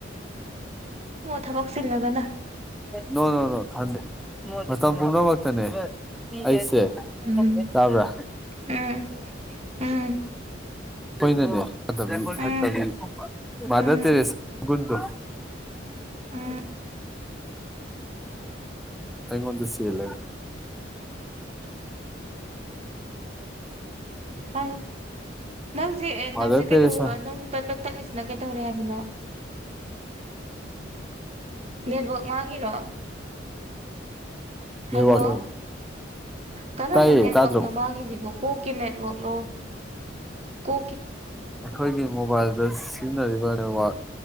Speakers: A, on the right; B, in the centre.
A: ꯊꯕꯛ ꯆꯤꯜꯂꯒꯅ
B: ꯅ ꯅꯣ ꯅꯣ ꯊꯗ ꯃꯇꯝ ꯄꯨꯝꯅꯃꯛꯇꯅꯦ ꯑꯩꯁꯦ
A: ꯎꯝ
B: ꯆꯥꯕ꯭ꯔꯥ
A: ꯎꯝ ꯎꯝ
B: ꯍꯣꯏꯅꯅꯦ
A: ꯎꯝ
B: ꯃꯥꯗ
A: ꯎꯝ
B: ꯇꯔꯦꯁ ꯗ
A: ꯑ
B: ꯑꯩꯣꯟꯗ ꯁꯤ ꯂꯩ
A: ꯑ ꯅꯪꯁꯤꯦ
B: ꯃꯥꯗꯔ
A: ꯅꯪꯁꯤ ꯀꯩꯗꯧꯔ
B: ꯇꯦꯔꯦꯁꯥ
A: ꯅꯪ ꯆꯠꯂꯤꯁꯤꯅ ꯀꯩꯗꯧꯔꯦ ꯍꯥꯏꯕꯅꯣ ꯅꯦꯠꯋꯛ ꯃꯥꯡꯉꯤꯔꯣ ꯍꯜꯂꯣ
B: ꯅꯦꯠꯋꯥꯛ
A: ꯀꯔꯝꯕ
B: ꯇꯥꯏꯌꯦ
A: ꯅꯦꯠꯋꯥꯛꯅꯣ
B: ꯇꯥꯗ꯭ꯔꯣ
A: ꯃꯥꯡꯉꯤꯁꯤꯕꯨ ꯀꯣꯛꯀꯤ ꯅꯦꯠꯋꯥꯛꯅꯣ ꯀꯣ
B: ꯑꯩꯈꯣꯏꯒꯤ ꯃꯣꯕꯥꯏꯜꯗ ꯁꯤꯖꯤꯟꯅꯔꯤꯕ ꯅꯦꯠꯋꯥꯛ